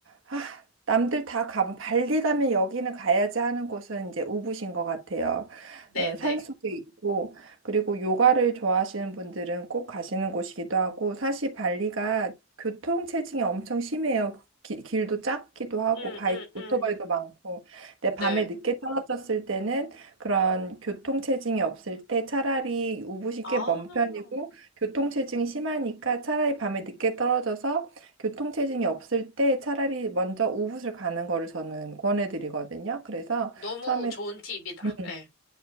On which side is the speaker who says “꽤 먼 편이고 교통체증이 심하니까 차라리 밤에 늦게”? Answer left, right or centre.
Right